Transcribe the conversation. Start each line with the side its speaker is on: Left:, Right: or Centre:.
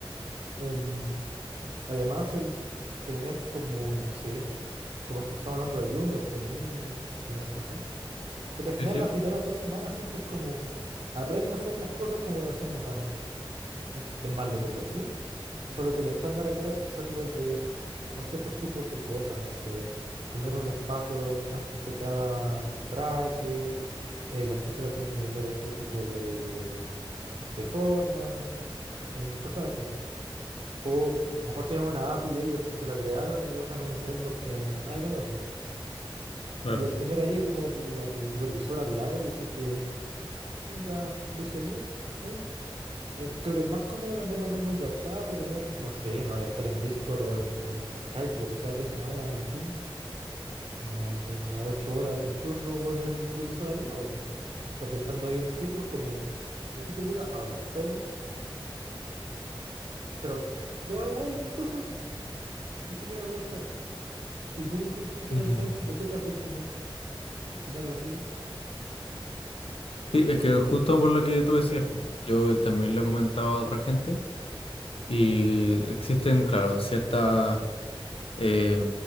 Right: Em, además, el tener como, no sé, suponte estamos hablando de junior, trainee, eh, así. Por lo general,
Left: sí, sí,
Right: las primeras dos semanas siempre es como, aprende a hacer las cosas como lo hacemos acá nosotros. No es que esté mal lo que tú haces, solo que el estándar acá es hacerlo de, con ciertos tipos de cosas, no sé, poner un espacio antes de cada bracket, eh, las funciones tienen que tener este tipo de, de- de forma, eh, cosas así. O mejor tienen una API ellos que se la crearon y usan un framework que n- nadie conoce.
Left: claro.
Right: Y el tener ahí como tu, a tu supervisor al lado y decirle, oiga, le hice bien ahí. Eh, creo que es más cómodo que andar mandando un WhatsApp o tener, no sé, no, ya estar en Discord o en, en Skype, lo que sea que usen ahora en Teams, como la- las 8 horas del turno con el supervisor al lado. po. En cambio, estando ahí en sitio es como, necesito ayuda ahora, ¿puede venir? Pero yo igual incluso elegiría lo que es remoto. ¿Y tú qué, qué, qué
Left: Mm.
Right: pensáis? Tipo, ¿qué te hacen como tener la duda?
Left: Sí, es que justo por lo que tú decías, po, yo también lo he comentado a otra gente y existen, claro, ciertas eh,